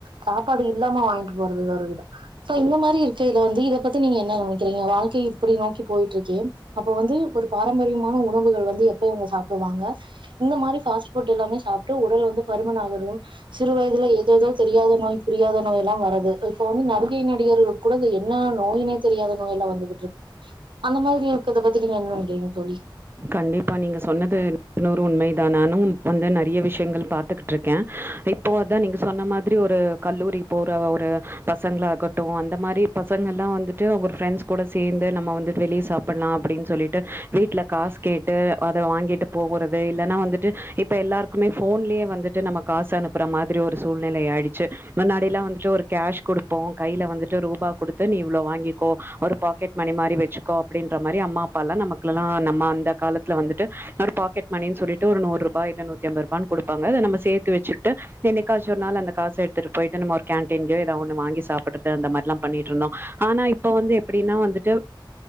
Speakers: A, on the right (about 70°); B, on the right (about 25°).
A: சாப்பாடு இல்லாம வாங்கிட்டு போறது ஒரு விதோ சோ இந்த மாரி இருக்கேல வந்து இத பத்தி நீங்க என்ன நெனைக்கிறீங்க வாழ்க்கை இப்டி நோக்கி போயிட்டு இருக்கே அப்ப வந்து ஒரு பாரம்பரியமான உணவுகள் வந்து எப்ப இவுங்க சாப்டுவாங்க இந்த மாரி ஃபாஸ்ட் ஃபுட் எல்லாமே சாப்டு உடல் வந்து பருமன் ஆகுறதும் சிறு வயதுல ஏத எதோ தெரியாத நோய் புரியாத நோய் எல்லா வருது இப்ப வந்து நடிகை நடிகர்களு க்குகூட இந்த என்ன நோயினே தெரியாத நோய் எல்லா வந்துகிட்டு இருக்கு அந்த மாதிரி இருக்கர்த பத்தி நீங்க என்ன நெனைக்கிறீங்க தோழி
B: கண்டிப்பா நீங்க சொன்னது நூத்துக்கு நூறு உண்மைதா நானு இப் வந்து நெறைய விஷயங்கள் பாத்துகுட்ருக் கே இப்போ அதா நீங்க சொன்ன மாதிரி ஒரு கல்லூரி போற ஒரு பசங்கள ஆகட்டு அந்த மாரி ப பசங்கல்லா வந்துட்டு அவுங்க ஒரு ஃபிரெண்டஸ் கூட சேந்து நம்ம வந்துட்டு வெளிய சாப்பிலா அப்டினு சொல்லிட்டு வீட்ல காசு கேட்டு அத வாங்கிட்டு போவுறது இல்லனா வந்துட்டு இப்ப எல்லாருக்குமே ஃபோன்லயே வந்துட்டு நம்ம காசு அனுப் புற மாதிரி ஒரு சூழ்நிலை ஆயிடுச்சு முன்னாடில்லா வந்துட்டு ஒரு கேஷ் குடுப்போ கைல வந்துட்டு ரூபா குடுத் து நீ இவ்ளோ வாங்கிக்கோ ஒரு பாக்கெட் மணி மாரி வச்சுக்கோ அப்டின்ற மாரி அம்மா அப்பாலா நமக்குலா நம் ம் அந்த காலத்ல வந்துட்டு ஒரு பாக்கெட் மணின்னு சொல்லிட்டு ஒரு நூறுரூபா இல்ல நூத்தி ஐம்பது ரூபான்னு குடுப்பாங்க அத நம்ம சேத்து வச்சிட்டு என்னைக்காச்சு ஒரு நாள் அந்த காச எடுத்துட்டு போயிட்டு நம்ம ஒரு கேன்டீன்லயோ எதோ ஒன்னு வாங்கி சாப்டுட்ட அந்த மாரி ல்லா பண்ணிட்ருந்தோ. ஆனா இப்ப வந்து எப்பிடின்னா வந்துட்டு